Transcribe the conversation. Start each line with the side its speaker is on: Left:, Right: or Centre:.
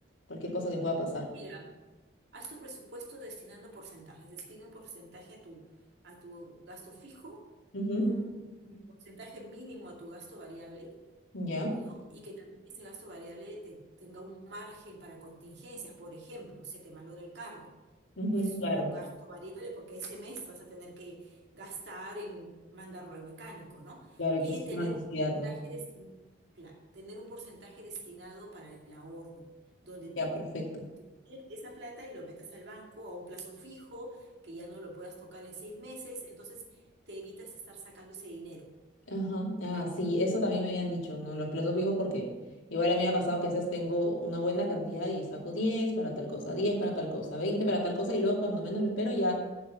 Left: cualquier cosa que pueda pasar?
Right: Mira. Haz tu presupuesto destinando porcentajes. Despide un porcentaje a tu, a tu gasto fijo,
Left: Ujú,
Right: un porcentaje mínimo a tu gasto variable,
Left: Ya,
Right: ¿no? Y que también ese gasto variable te- tenga un margen para contingencias. Por ejemplo, se te malora el carro
Left: ujú,
Right: es
Left: claro,
Right: un gasto variable porque ese mes vas a tener que gastar en mandarlo al mecánico, ¿no?
Left: claro
Right: Y
Left: que sí, es
Right: tener
Left: una necesidad,
Right: un porcentaje
Left: ¿no?
Right: destinado, claro, tener un porcentaje destinado para el ahorro, donde tú
Left: Ya, perfecto.
Right: te pides esa plata y lo metas al banco a un plazo fijo, que ya no lo puedas tocar en seis meses, entonces te evitas estar sacando ese dinero.
Left: Ajá, ah, sí, eso también me habían dicho, ¿no? Los plazos fijos porque igual a mí me ha pasado que a veces tengo una buena cantidad y saco 10 para tal cosa, 10 para tal cosa, 20 para tal cosa y luego cuando menos lo espero ya